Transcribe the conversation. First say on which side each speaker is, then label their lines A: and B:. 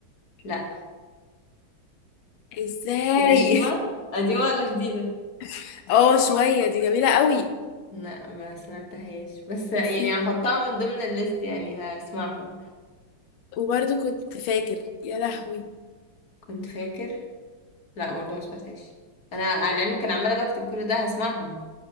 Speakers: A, on the left; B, on the left.
A: لا
B: ازاي
A: دي قديمه قديمه ولا جديده
B: <laughs> اه شويه دي جميله قوي
A: لا ما سمعتهاش بس يعني
B: ميرسي.
A: هحطها من ضمن الليست يعني هسمعها
B: وبرضه كنت فاكر يا لهوي
A: كنت فاكر لا برضه ما سمعتهاش انا على العلم كان عماله بكتب كل ده هسمعهم